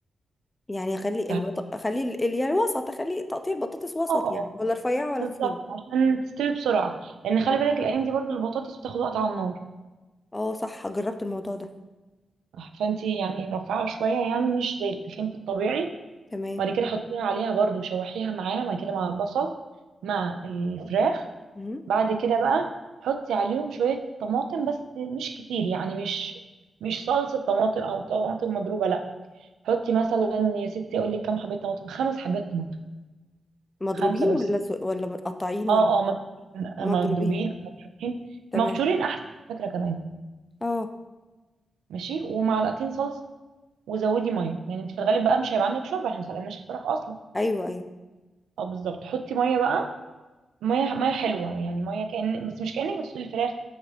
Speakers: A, on the left (about 25°); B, on the right (about 85°).
A: يعني خلي
B: ف-
A: البط...
B: اه
A: خلي ال... ال- يعني الوسط خلي تقطيع البطاطس وسط
B: اه
A: يعني ولا رفيعة ولا
B: بالظبط
A: تخينة
B: عشان تستوي بسرعه لان خلي
A: اه
B: بالك الايام دي برضو البطاطس بتاخد وقت على النار
A: اه صح جربت الموضوع ده
B: فانتي يعني رفعها شويه يعني مش زي التخين في الطبيعي
A: تمام
B: بعد كده حطيها عليها برضو شوحيها معاه بعد كده مع البصل مع الفراخ
A: مم.
B: بعد كده بقى حطي عليهم شوية طماطم بس مش كتير يعني مش مش صلصة طماطم أو طماطم مضروبة لأ حطي مثلا يا ستي أقول لك كام حبة طماطم خمس حبات طماطم
A: مضروبين
B: خمسة بس
A: ولا س... ولا متقطعين
B: اه
A: ولا
B: اه مضروبين
A: مضروبين
B: مضروبين مبشورين
A: تمام
B: مبشورين أحسن فكرة كمان
A: اه
B: ماشي ومعلقتين صلصة وزودي ميه يعني انت في الغالب بقى مش هيبقى عندك شوربه احنا ما سلقناش الفراخ اصلا
A: ايوه ايوه
B: اه بالظبط حطي ميه بقى ميه ميه حلوه يعني ميه كأن بس مش كأنك بتسلقي الفراخ